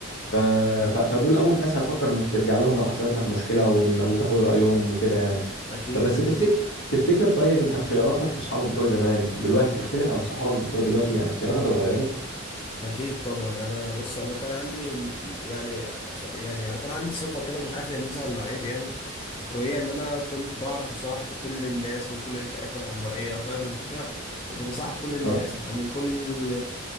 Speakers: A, on the left (about 70°); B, on the left (about 25°).
A: ف...
B: اه
A: ف... فدول اول ناس هتفكر انك ترجع لهم لو حصلت لك مشكله ون- وتاخد رايهم وكده يعني
B: اكيد
A: فبس
B: اكيد
A: تفتكر تفتكر طيب انت اختياراتك في اصحابك بتوع زمان دلوقتي تختلف عن صحابك بتوع دلوقتي يعني اختياراتك اتغيرت
B: اكيد طبعا انا بص انا كان عندي م- يعني خ- يعني كان عندي صفه كده مش عارف هي ميزه ولا عيب يعني وهي ان انا كنت بعرف اصاحب كل الناس من كل الفئات العمريه فاهم الفكره كنت بصاحب كل الناس
A: اه
B: من كل